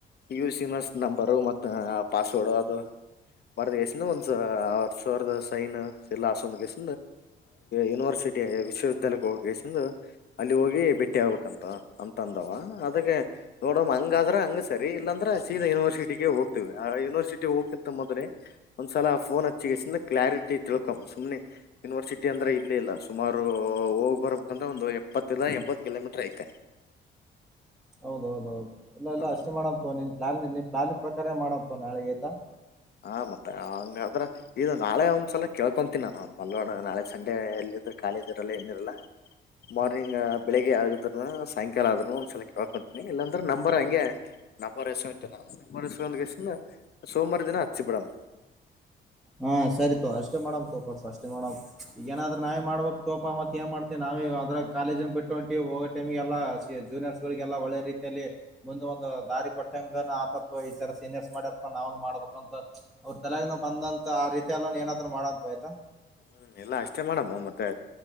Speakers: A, on the left; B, in the centre.
A: ಯ ಸಿಮ ನಂಬರ್ ಮತ್ತ ಪಾಸ್ವರ್ಡ್ ಅದು ಬರದ ಗೈಸ ಒಂದ ಅವ ಸರದ ಸೈನ್ ಎಲ್ಲ ಹಸಂದ ಗಸ ಯೂನಿವರ್ಸಿಟಿ ವಿಶ್ವವಿದ್ಯಾಲಯಕ್ಕೆ ಹೋಗಸ ಅಲ್ಲಿ ಹೋಗಿ ಭಟ್ಟಿ ಆಗ್ಬೇಕಂತ ಅಂತ ಅಂದವ ಅದಕ್ಕೆ ನೋಡ ಾದ್ರ ಹಂಗ ಸರಿ ಇಲ್ಲಾಂದ್ರೆ ಸೀದಾ ಯೂನಿವರ್ಸಿಟಿಿಗೆ ಹೋಗ್ತೇವಿ ಆ ಯನಿವರ್ಸಿಟಿ ಹೋಗಕ್ಕಿಂತ ಮೊದ್ರೆ ಒಂದ್ಸಲ ಫೋನ್ ಹಚ್ಚಿಿಗೆಸ ಕ್ಲಾರಿಟಿ ತಿಳ್ಕೊಂಬ ಸುಮ್ನೆ ಯನಿವರ್ಸಿಟಿ ಅಂದ್ರೆ ಇಲ್ಲಿ ಇಲ್ಲ ಸುಮಾರು ಹೋಗ್ ಬರ್ಬೇಕಂದ್ರ ಒಂದಂದು ಎಪ್ಪತ್ತಲ್ಲ ಎಂಬತ್ ಕಿಲೋಮೀಟರ್ ಐತೆ
B: ಹೌದೌದೌದು ಇಲ್ಲ ಇಲ್ಲ
A: ಹ
B: ಅಷ್ಟ ಮಾಡಂತ ನೀನ್ ಪ್ಲಾನ್ ನಿನ್ನ ಾಲಿ ಪ್ರಕಾರ ಮಾಡತ್ತವ ನಾಳೆೆಗೆ ಆಯ್ತಾ
A: ಹ ಮತ್ತ ಹಂಗದ್ರ ಇದು ನಾಳೆ ಒಂದ್ಸಲ ಕೇಳ್ಕೊಂತೀನಿ ನಾನು ಒ್ ಮಲ್ವಾಡ ನಾಳೆ ಸಂಡೆ ಎಲ್ಲಿದ್ರೆ ಕಾಲೇಜ್ ಇರಲ್ಲ ಏಿರಲ್ಲ ಮಾರ್ನಿಂಗ್ ಬೆಳಿಗ್ಗೆ ಆಗದ್ರ ಸಾಯಂಕಾಲ ಆದದ್ರೂ ಒಂದ್ಸಲ ಕೇಳ್ಕೊಂತೀನಿ ಇಲ್ಲಾಂದ್ರೆ ನಂಬರ್ ಹಂಗೆ ನಂಬರ್ ಎಸ್ಕೊಂತಿನಿ ನಂಬರ್ ಎಸ್ಕೊ್ಸ ಸೋಮವಾರ ದಿನ ಚ್ಚಿಪಡಾಮ ಮಾಡ
B: ಹಾ ಸರಿತೋ ಅಷ್ಟೇ ಮೇಡಮ್ ತೋಪ ಅಷ್ಟೇ ಮೇಡಮ್ ಈಗಏನಾದ್ರ ನಾವೇ ಮಾಡ್ಬೇಕಕ್ ತೋಪಾ ಮತ್ತ ಏ ಮಾಡ್ತೀವಿ ನಾವೇ ಅದ್ರ ಕಾಲೇಜ್ನ ಬಿಟ್ಟು ಹೊಂಟ ಹೋಗೋ ಟೈಮಗೆಲ್ಲಾ ಜೂನಿಯರ್ಸ್ ಗಳಿಗೆ ಎಲ್ಲಾ ಒಳ್ಳೆ ರೀತಿಯಲ್ಲಿ ಮುಂದ ಒಂದು ದಾರಿ ಕೊಟ್ಟಂಗ ಆತತ್ ಈ ತರ ಸೀನಿಯರ್ಸ್ ಮಾಡ್ಯಾರಪ ನಾವನು ಮಾಡ್ಬೇಕಂತ ಅವ್ರ ತಲೆಗನ ಬಂದಂತ ಆ ರೀತಿ ಎಲ್ಲ ಏನಾದ್ರು ಮಾಡು ಆಯ್ತಾ
A: ಹ್ಮ್ ಎಲ್ಲಾ ಅಷ್ಟೇ ಮಾಡೇಡಮ್ ಮತ್ತೆ